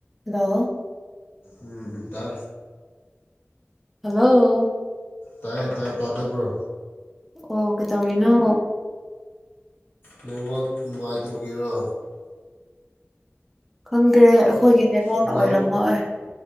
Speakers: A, in the centre; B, on the left.
A: hello
B: ꯎꯝꯇ
A: hello
B: ꯇꯥꯏꯌꯦ ꯇꯥꯏꯌꯦ ꯇꯥꯖꯕ꯭ꯔꯣ
A: ꯑꯣ ꯀꯦ ꯇꯧꯔꯤꯅꯣ
B: ꯅꯦꯠꯋꯥꯛ ꯅꯨꯡꯉꯥꯏꯇꯕꯒꯤꯔꯣ
A: ꯈꯪꯗꯦ ꯑꯩꯈꯣꯏꯒꯤ ꯅꯦꯠꯋꯥꯛꯅ
B: ꯍꯜꯂꯣ
A: ꯑꯣꯏꯔꯝꯃꯣꯏ